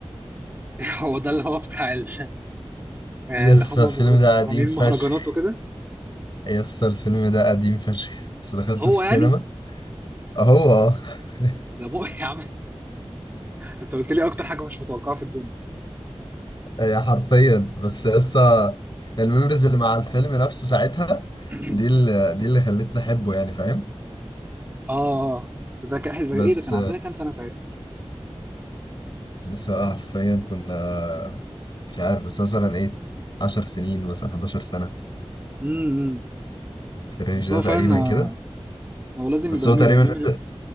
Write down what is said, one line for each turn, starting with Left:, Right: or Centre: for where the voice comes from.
Right: <laughs> هو ده اللي هو بتاع ال- آه،
Left: يا
Right: اللي
Left: اسطى
Right: هم مغ-
Left: الفيلم ده
Right: مغنيين
Left: قديم فشخ
Right: المهرجانات وكده
Left: يا اسطى الفيلم ده قديم فشخ بس دخلته
Right: هو
Left: في السينما
Right: يعني
Left: اهو اه <laughs>
Right: ده مو <laughs> يا عم انت قلت لي اكتر حاجة مش متوقعة في الدنيا
Left: هي حرفيا بس لسه الميموريز اللي مع الفيلم نفسه ساعتها
Right: <clears throat>
Left: دي اللي دي اللي خلتني احبه يعني فاهم
Right: اه اه ده كان احنا ده
Left: بس
Right: ايه ده كان عندنا كام سنه ساعتها
Left: لسه حرفيا كنا مش عارف بس مثلا ايه 10 سنين مثلا 11 سنة
Right: امم
Left: في الرينج
Right: بس
Left: ده
Right: هو فعلا
Left: تقريبا
Right: آه،
Left: كده
Right: هو لازم
Left: بس
Right: يبقى
Left: هو
Right: ميموري
Left: تقريبا نزل